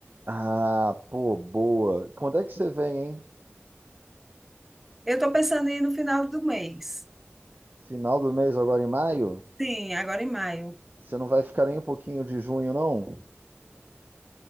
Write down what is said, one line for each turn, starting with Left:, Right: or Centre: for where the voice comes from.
Right: Ah, pô, boa. Quando é que você vem, hein?
Centre: Eu tô pensando em ir no final do mês.
Right: Final do mês, agora em maio?
Centre: Sim, agora em maio.
Right: Você não vai ficar nem um pouquinho de junho, não?